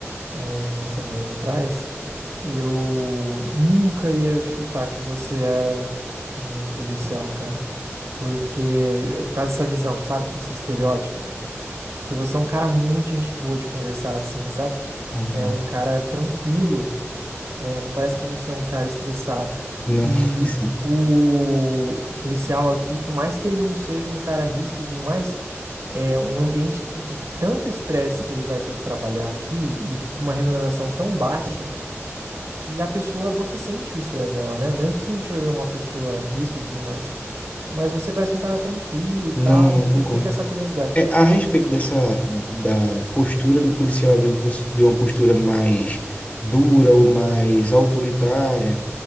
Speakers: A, on the right; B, on the left.
A: há um- umas semanas atrás, eu nunca ia chutar que você era um policial, cara. Porque, é por causa dessa visão, sabe? Esse estereótipo. Que você é um cara muito gente boa de conversar assim, sabe?
B: Uhum.
A: É um cara tranquilo. É, não parece que você é um cara estressado.
B: Não,
A: E
B: <laughs> sim.
A: o policial aqui, por mais que ele não seja um cara ríspido e tudo mais, é um ambiente de tanto estresse que ele vai ter que trabalhar aqui e com uma remuneração tão baixa que a pessoa, você sente o estresse nela, né? Mesmo que você não seja uma pessoa ríspida e tudo mais, mas você parece um cara tranquilo e tal,
B: Não, não,
A: por isso
B: concordo.
A: que eu fiquei com essa curiosidade.
B: É, a respeito dessa da postura do policial, de, um, pos- de uma postura mais dura ou mais autoritária,